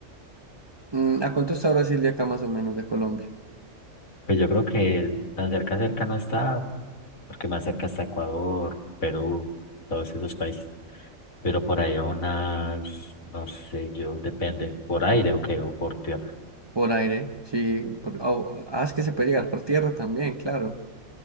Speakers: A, on the right (about 25°); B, on the left (about 85°).
A: Mm, ¿A cuánto está Brasil de acá más o menos de Colombia?
B: Pues yo creo que tan cerca, cerca no está, porque más cerca está Ecuador, Perú, todos esos países, pero por ahí a unas, no sé, yo, depende, por aire o qué, o por tierra.
A: Por aire, sí. por- au- ah, es que se puede llegar por tierra también, claro.